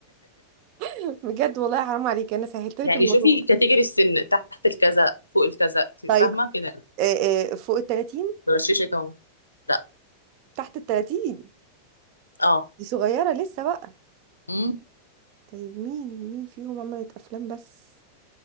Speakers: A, on the right; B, on the left.
A: <laughs> بجد والله حرام عليك انا سهلت لك
B: يعني
A: الموضوع
B: شوفي كاتيجوري السن تحت الكذا فوق الكذا
A: طيب
B: فاهمه كده
A: آه، آه، فوق ال 30
B: بغششك اهو لا
A: تحت ال 30
B: اه
A: دي صغيرة لسه بقى
B: امم
A: طيب مين مين فيهم عملت أفلام بس